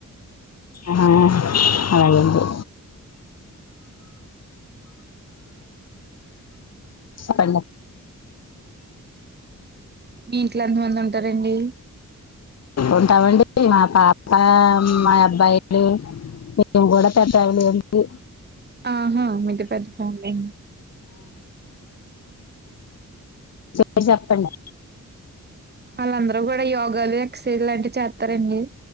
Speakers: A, on the left; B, on the right.
A: ఆహా అవును చెప్పల
B: మీ ఇంట్లో ఎంత మంది ఉంటారండి
A: ఉంటామండి మా పాప మా అబ్బాయిలు మం కూడా తట్ట వెలి ఏంటి
B: ఆహా మీది పెద్ద ఫ్యామిలీ
A: ఆ చెప్పండి
B: వాళ్ళందరూ కూడా యోగాలు ఎక్సర్సైజ్ ఇలాంటివి చేస్తారండి